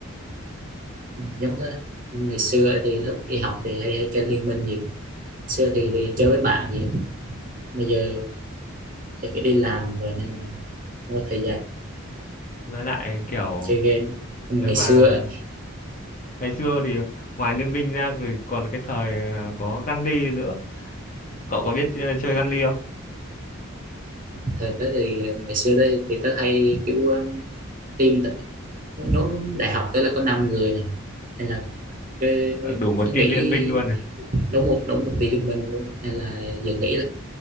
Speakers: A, on the right (about 40°); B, on the left (about 35°).
A: giống thế ngày xưa thì lúc đi học thì hay hay chơi Liên Minh nhiều xưa thì, thì chơi với bạn nhiều bây giờ Tại cái đi làm rồi nên là không có thời gian
B: Với lại kiểu
A: chơi game nhưng
B: nếu
A: ngày
B: mà
A: xưa
B: ngày xưa thì ngoài Liên minh ra rồi còn cái thời là có Gunny nữa. Cậu có biết ờ, chơi Gunny không?
A: thời tới thì ngày xưa tới thì tớ hay kiểu um, team nhóm đại học tới là có 5 người này nên là cứ,
B: Ờ, Đủ một
A: cứ nghĩ
B: team Liên minh luôn.
A: đúng một đúng một team liên minh luôn nên là giờ nghĩ là